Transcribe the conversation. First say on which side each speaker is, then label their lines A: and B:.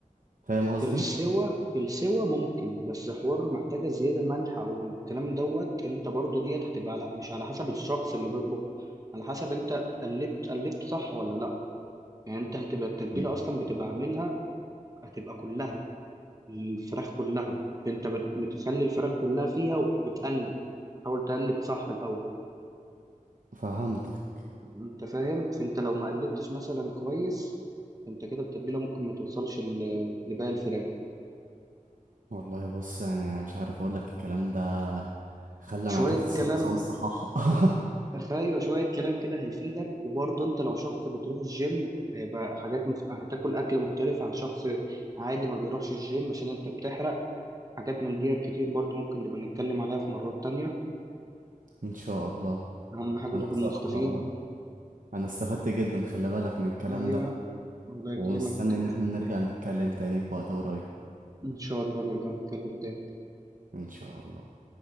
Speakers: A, on the right; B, on the right.
A: فاهم قصدي؟
B: في السوا في السوا ممكن بس حوار محتاجة زيادة ملح او الكلام دوت انت برضو ديت هتبقى لا مش على حسب الشخص اللي بيطبخ على حسب انت قلبت قلبت صح ولا لا يعني انت هتبقى التتبيلة
A: مم.
B: اصلا بتبقى عاملها هتبقى كلها الفراخ كلها انت بت- بتخلي الفراخ كلها فيها وبتقلب حاول تقلب صح الاول
A: فهمتك
B: انت فاهم فانت لو ما قلبتش مثلا كويس انت كده التتبيله ممكن ما توصلش ل- لباقي الفراخ
A: والله بص يعني انا مش عارف اقولك الكلام ده خلى
B: شويه
A: معدتي تصحصح
B: كلام
A: والصحاحة <laughs>
B: ايوه شويه كلام كده هيفيدك وبرضه انت لو شخص بتروح الجيم هيبقى حاجات مخ... هتاكل اكل مختلف عن شخص عادي ما بيروحش الجيم عشان انت بتحرق حاجات من ديت كتير برضه ممكن نبقى نتكلم عليها في مرات تانية
A: ان شاء الله
B: اهم حاجه
A: انا
B: تكون
A: بصراحة
B: مستفيد
A: انا استفدت جدا خلي بالك من الكلام
B: ايوه
A: ده
B: الله يكرمك
A: ومستني ان احنا نرجع نتكلم تاني في وقت قريب
B: ان شاء الله نرجع نتكلم تاني
A: ان شاء الله